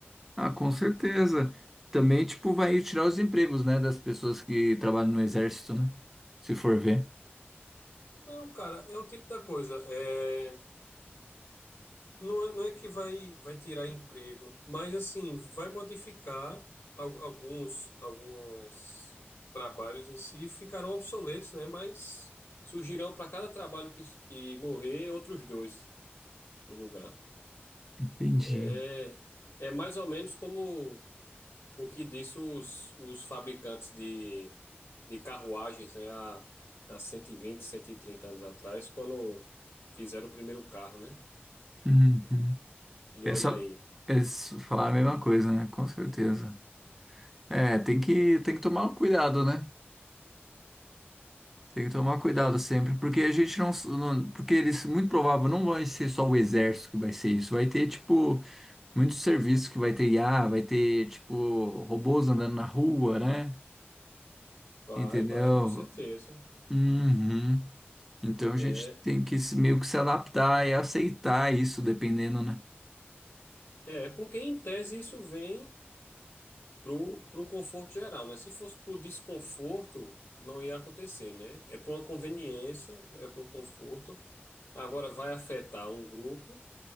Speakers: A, in the centre; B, on the left.
A: Ah, com certeza. Também, tipo, vai tirar os empregos, né, das pessoas que trabalham no exército, né? Se for ver.
B: Não, cara, é o tipo da coisa. É, Não é, não é que vai, vai tirar emprego, mas assim, vai modificar al- alguns, alguns trabalhos em si, ficarão obsoletos, né? Mas surgirão para cada trabalho que, que morrer, outros dois no lugar.
A: Entendi.
B: É, é mais ou menos como o que disse os, os fabricantes de, de carruagens, né? Há, há 120, 130 anos atrás, quando fizeram o primeiro carro, né?
A: Uhum.
B: E
A: É
B: olha
A: só
B: aí.
A: é só falar a mesma coisa, né? Com certeza. É, tem que, tem que tomar cuidado, né? Tem que tomar cuidado
B: é,
A: sempre, porque a gente não, não- porque eles muito provável não vai ser só o exército que vai ser isso, vai ter tipo muitos serviços que vai ter IA, vai ter tipo robôs andando na rua, né?
B: Vai,
A: Entendeu?
B: vai, com certeza.
A: Uhum. Então a
B: É,
A: gente tem que se- meio que se adaptar e aceitar isso, dependendo, né?
B: é porque em tese isso vem pro, pro conforto geral, né? Se fosse pro desconforto, não ia acontecer, né? É por uma conveniência, é pro conforto. Agora vai afetar um grupo,